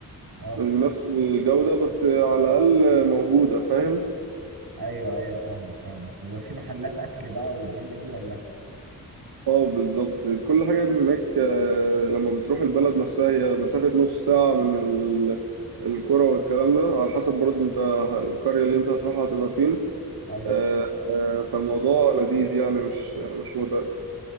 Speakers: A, on the right; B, on the right.
A: اه
B: مش بنفس الجودة بس على الأقل موجودة فاهم
A: ايوه ايوه فاهمك فاهمك ويبقى في محلات اكل بقى والدنيا دي ولا
B: اه بالظبط كل حاجة هناك آه، لما بتروح البلد نفسها هي مسافة نص ساعة من ال- القرى والكلام ده على حسب برضه انت القرية اللي انت هتروحها هتبقى فين
A: ايوه
B: آه، آه، فالموضوع لذيذ يعني مش مش متعب